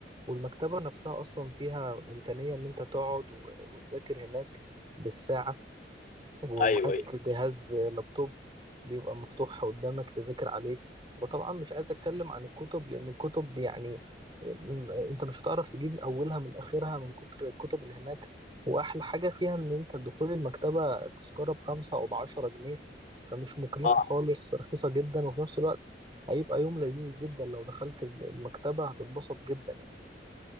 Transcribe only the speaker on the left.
أيوه أيوه
آه.